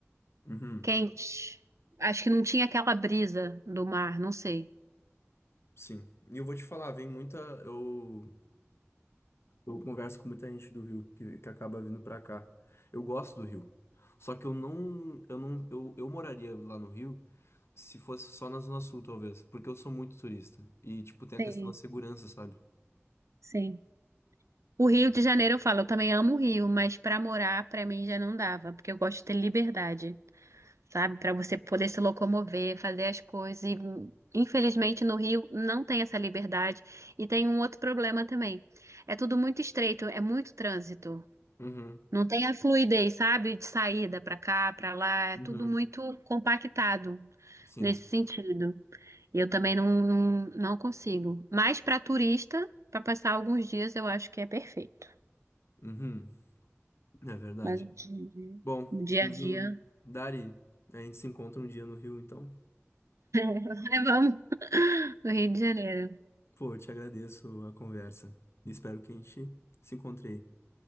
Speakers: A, on the left; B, on the right.
A: Uhum,
B: Quente. Acho que não tinha aquela brisa do mar, não sei.
A: sim. E eu vou te falar, vem muita. Eu, eu converso com muita gente do Rio que, que acaba vindo pra cá. Eu gosto do Rio. Só que eu não. Eu não. Eu, eu moraria lá no Rio. Se fosse só na Zona Sul, talvez. Porque eu sou muito turista. E, tipo, tem a
B: Sim,
A: questão da segurança, sabe?
B: sim. O Rio de Janeiro, eu falo, eu também amo o Rio, mas pra morar, pra mim já não dava, porque eu gosto de ter liberdade, sabe? Pra você poder se locomover, fazer as coisas. E, infelizmente, no Rio não tem essa liberdade. E tem um outro problema também. É tudo muito estreito, é muito trânsito.
A: Uhum.
B: Não tem a fluidez, sabe? De saída pra cá, pra lá, é
A: Uhum.
B: tudo muito compactado
A: Sim.
B: nesse sentido. Eu também não, não, não consigo. Mas para turista, para passar alguns dias, eu acho que é perfeito.
A: Uhum. É verdade.
B: Mas o dia,
A: Bom,
B: o dia
A: nos-
B: a dia,
A: Dari, a gente se encontra um dia no Rio, então.
B: <laughs> levamos no Rio de Janeiro.
A: Pô, eu te agradeço a conversa. E espero que a gente se encontre aí.